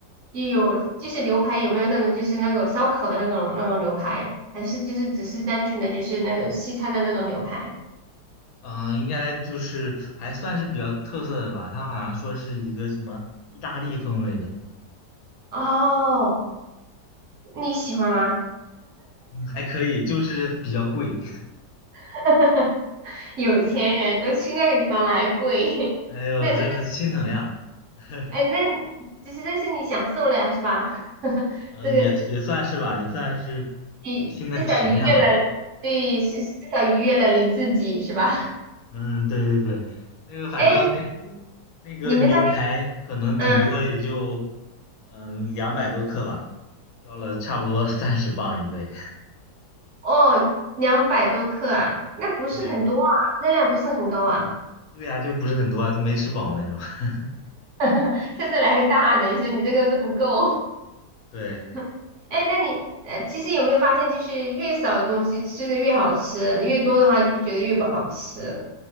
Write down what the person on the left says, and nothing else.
嗯，应该就是还算是比较特色的吧。他好像说是一个什么意大利风味的，
还可以，就是比较贵。
<laughs>
对。
哎呦，
真的心疼呀。<laughs>
嗯，
也也算是吧，也算是有新的体验吧。
嗯，对对对，那个反正那
那个牛排可能顶多也就
嗯两百多克吧，要了差不多三十磅一位。
<laughs> 对
对呀，就不是很多啊，就没吃饱那种。<laughs>
对，